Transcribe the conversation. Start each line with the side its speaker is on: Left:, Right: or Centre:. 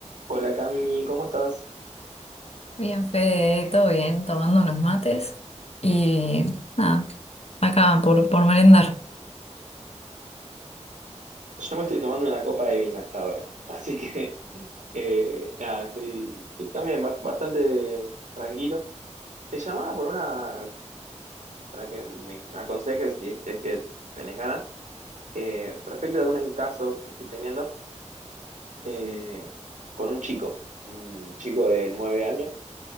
Right: Hola Cami, ¿cómo estás?
Left: Bien, Fede, todo bien, tomando unos mates y nada, acá por, por merendar.
Right: Yo me estoy tomando una copa de vino hasta ahora, así que <laughs> eh, nada, estoy, estoy también bas- bastante tranquilo. Te llamaba por una, para que me, me aconsejes si, si es que tenés ganas, eh, respecto de un caso que estoy teniendo eh, con un chico, un chico de nueve años,